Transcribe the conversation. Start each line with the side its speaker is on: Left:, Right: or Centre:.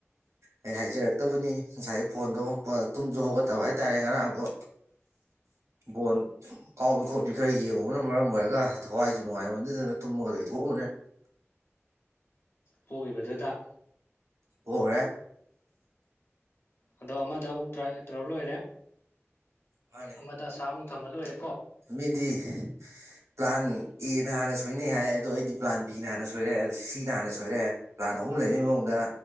Right: ꯑꯩ ꯍꯥꯏꯖꯔꯛꯇꯕꯅꯤ ꯉꯁꯥꯏꯒꯤ ꯐꯣꯟꯗꯣ ꯇꯨꯝꯁꯨ ꯍꯧꯒꯠꯇꯕ ꯍꯥꯏꯇꯥꯔꯦ ꯉꯔꯥꯡꯗꯣ ꯕꯣꯟ ꯀꯥꯎꯕꯤ ꯈꯣꯠꯄꯤ ꯈꯔ ꯌꯦꯡꯉꯨꯕꯅ ꯃꯔꯝ ꯑꯣꯏꯔꯒ ꯊꯋꯥꯏꯁꯨ ꯅꯨꯡꯉꯥꯏꯔꯃꯗꯗꯅ ꯃꯒ ꯂꯩ ꯍ ꯃꯅꯦ
Left: ꯄꯣꯛꯂꯤꯕꯗꯨꯗ
Right: ꯑꯣ
Left: ꯑꯗꯣ ꯑꯃꯗ ꯑꯃꯨꯛ ꯇꯣ ꯂꯣꯏꯔꯦ
Right: ꯃꯥꯅꯦ
Left: ꯑꯃꯗ ꯑꯁꯥꯃꯨꯛ ꯊꯝꯃ ꯂꯣꯏꯔꯦ
Right: ꯃꯤꯗꯤ ꯄ꯭ꯂꯥꯟ ꯑꯦꯅ ꯍꯥꯟꯅ ꯁꯣꯏꯅꯩ ꯍꯥꯏ ꯑꯗꯣ ꯑꯩꯗꯤ ꯄ꯭ꯂꯥꯟ ꯕꯤꯅ ꯍꯥꯟꯅ ꯁꯣꯏꯔꯦ ꯁꯤꯅ ꯍꯥꯟꯅ ꯁꯣꯏꯔꯦ ꯄ꯭ꯂꯥꯟ ꯑꯍꯨꯝ ꯂꯩꯕꯩ ꯃꯑꯣꯡꯗ